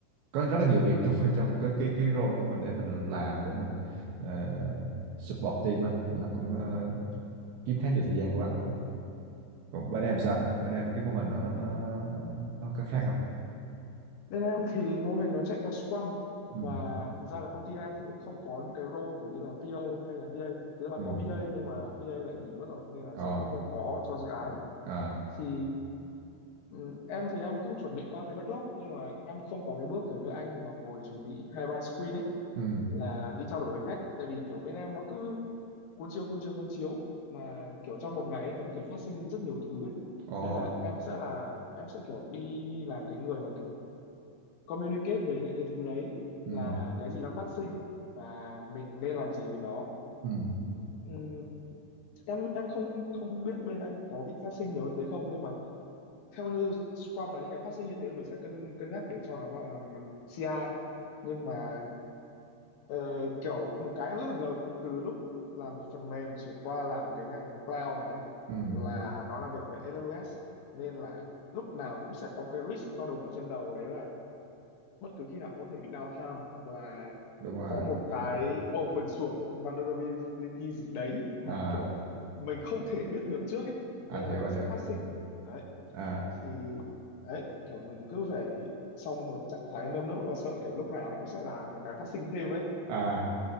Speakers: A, on the right; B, on the left.
A: có rất là nhiều việc trong <laughs> trong cái cái cái role của mình để mình làm để mình ờ, support team á thì nó cũng ờ, kiếm khá nhiều thời gian của anh luôn á còn
B: Ừ.
A: bên em sao bên em cái mô hình nó nó nó nó, nó có khác không
B: Bên em thì mô hình nó chạy theo Scrum
A: ừ
B: và thực ra là công ty em thì cũng không có những cái role kiểu như là PO hay là BA. Thế là
A: ừ
B: có BA nhưng mà BA lại nghỉ mất rồi nên là
A: ờ
B: giờ cũng không có cho dự án.
A: à
B: Thì ừ, em thì em cũng chuẩn bị qua cái backlog nhưng mà em không có cái bước kiểu như anh mà ngồi chuẩn bị hai ba sprint ấy
A: ừ
B: là đi trao đổi với khách tại vì kiểu bên em nó cứ cuốn chiếu cuốn chiếu cuốn chiếu mà kiểu trong một ngày ấy, nó có thể phát sinh rất nhiều thứ ấy.
A: ồ
B: nên là em sẽ là em sẽ kiểu đi làm cái người mà kiểu communicate về những cái thứ đấy
A: ừ
B: là cái gì đang phát sinh và mình nên làm gì với nó
A: ừ
B: Ừm, em em không không biết bên anh có bị phát sinh nhiều như thế không nhưng mà theo như Scrum là những cái phát sinh như thế là mình sẽ cân cân nhắc để cho nó vào làm CI nhưng mà Ờ, kiểu một cái em rất là ngợp từ lúc làm phần mềm chuyển qua làm cái ngành cloud này ấy,
A: ừ
B: là nó làm việc với AWS nên là lúc nào cũng sẽ có một cái risk to đùng ở trên đầu đấy là bất cứ khi nào cũng có thể bị downtime hoặc là
A: đúng rồi
B: có một cái
A: Ừ.
B: open source vulnerability gì đấy mà
A: à
B: kiểu mình không thể biết được trước ấy
A: anh
B: nên
A: hiểu
B: là nó
A: anh
B: sẽ
A: hiểu
B: phát sinh đấy
A: à
B: thì đấy kiểu mình cứ phải trong một trạng thái nơm nớp lo sợ kiểu lúc nào nó cũng sẽ là một cái phát sinh thêm đấy
A: à